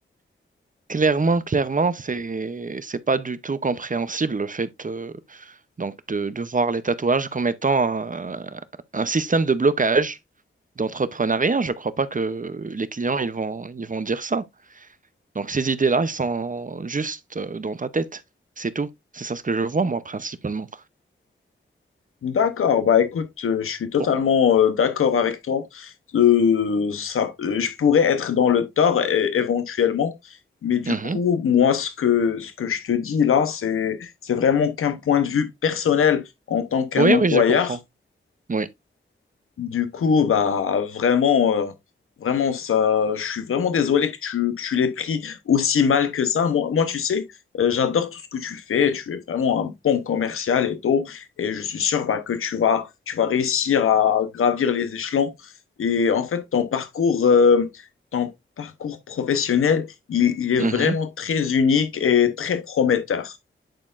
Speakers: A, on the right (about 40°); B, on the left (about 80°).
A: Clairement, clairement, c'est c'est pas du tout compréhensible le fait euh, donc de, de voir les tatouages comme étant un, un système de blocage d'entrepreneuriat. Je crois pas que les clients ils vont ils vont dire ça. Donc ces idées-là, elles sont juste euh, dans ta tête. C'est tout. C'est ça ce que je vois, moi, principalement.
B: D'accord, bah écoute, euh, je suis totalement
A: Pour-
B: euh, d'accord avec toi. Euh, ça, euh, je pourrais être dans le tort é- éventuellement, mais du
A: Mhm.
B: coup, moi, ce que, ce que je te dis là, c'est, c'est vraiment qu'un point de vue personnel en tant qu'un
A: Oui,
B: employeur.
A: oui, je comprends. Oui.
B: Du coup, bah vraiment, euh, vraiment ça, je suis vraiment désolé que tu, que tu l'aies pris aussi mal que ça. Moi, moi tu sais, euh, j'adore tout ce que tu fais. Tu es vraiment un bon commercial et tout, et je suis sûr bah, que tu vas, tu vas réussir à gravir les échelons. Et en fait, ton parcours, euh, ton parcours professionnel, il, il est
A: Mhm.
B: vraiment très unique et très prometteur.